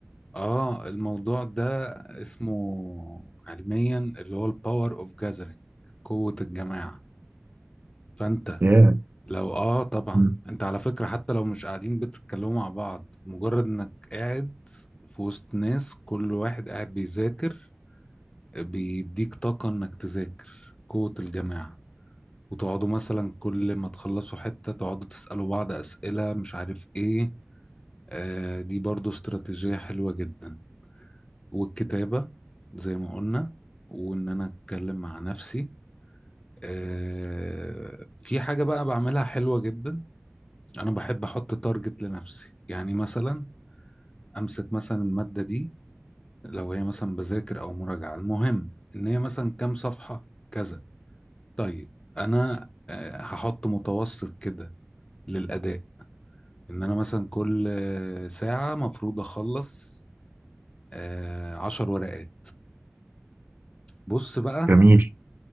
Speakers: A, on the left; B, on the right.
A: اه الموضوع ده اسمه علميا اللي هو الباور اوف جاذرينج قوة الجماعة فانت
B: ياه
A: لو اه طبعا
B: مم،
A: انت على فكرة حتى لو مش قاعدين بتتكلموا مع بعض مجرد انك قاعد في وسط ناس كل واحد قاعد بيذاكر بيديك طاقة انك تذاكر قوة الجماعة وتقعدوا مثلا كل ما تخلصوا حتة تقعدوا تسألوا بعض أسئلة مش عارف ايه آه دي برضو استراتيجية حلوة جدا والكتابة زي ما قلنا وان انا اتكلم مع نفسي آه في حاجة بقى بعملها حلوة جدا انا بحب احط تارجت لنفسي يعني مثلا امسك مثلا المادة دي لو هي مثلا بذاكر او مراجعة المهم ان هي مثلا كام صفحة كذا طيب انا آه، هحط متوسط كده للاداء ان انا مثلا كل آه، ساعة مفروض اخلص آه، عشر ورقات بص بقى
B: جميل